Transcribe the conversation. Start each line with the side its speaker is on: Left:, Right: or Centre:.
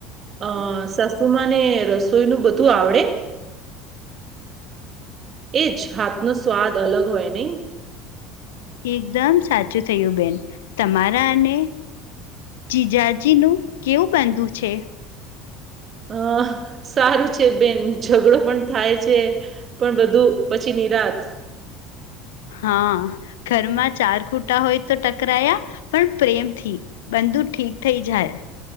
Right: અ સાસુમાને રસોઈ બધું આવડે? એ જ હાથનો સ્વાદ અલગ હોય નહીં.
Left: એકદમ સાચું થયું બેન, તમારાને જીજાજીનું કેવું બંધું છે?
Right: અ સારું છે બેન, ઝઘડો પણ થાય છે. પણ બધું પછી નિરાત.
Left: હા, ઘરમાં ચાર ખૂટા હોય તો ટકરાયા? પણ પ્રેમથી બંધુ ઠીક થઈ જાય.